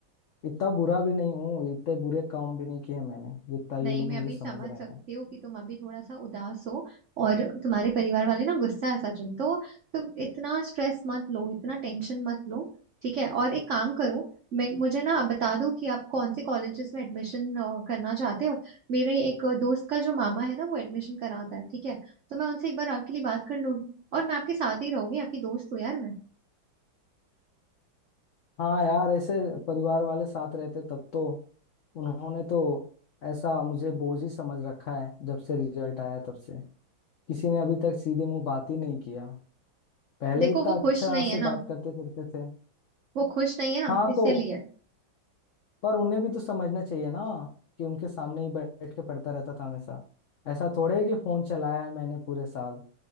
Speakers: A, on the left; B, on the right.
A: इतना बुरा भी नहीं हूँ इतने बुरे काम भी नहीं किए मैंने जितना ये
B: नहीं
A: लोग
B: मैं
A: मुझे
B: अभी
A: समझ
B: समझ
A: रहे
B: सकती
A: हैं
B: हूँ कि तुम अभी थोड़ा सा उदास हो और तुम्हारे परिवार वाले ना गुस्सा है सचिन तो तुम इतना स्ट्रेस मत लो इतना टेंशन मत लो ठीक है और एक काम करो मैं मुझे ना बता दो कि आप कौन से कॉलेजेस में एडमिशन करना चाहते हो मेरे एक दोस्त का जो मामा है ना वो एडमिशन कराता है ठीक है तो मैं उनसे एक बार आपके लिए बात कर लूंगी और मैं आपके साथ ही रहूंगी आपकी दोस्त हूँ यार मैं
A: हाँ यार ऐसे परिवार वाले साथ रहते तब तो उन्होंने तो ऐसा मुझे बोझ ही समझ रखा है जब से रिजल्ट आया तब से किसी ने अभी तक सीधे मुंह बात ही नहीं किया पहले
B: देखो
A: इतना
B: वो
A: अच्छा
B: खुश नहीं है
A: से
B: ना
A: बात करते करते थे
B: वो खुश नहीं है ना
A: हाँ
B: इसीलिए
A: तो पर उन्हें भी तो समझना चाहिए ना कि उनके सामने ही बैठ के पढ़ता रहता था हमेशा ऐसा थोड़े है कि फोन चलाया है मैंने पूरे साल